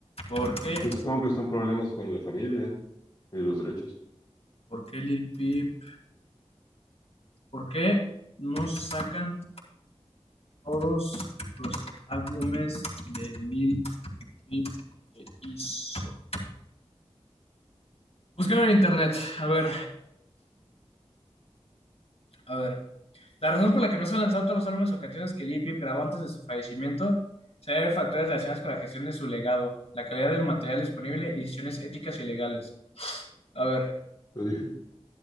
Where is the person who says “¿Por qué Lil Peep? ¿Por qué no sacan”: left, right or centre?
Left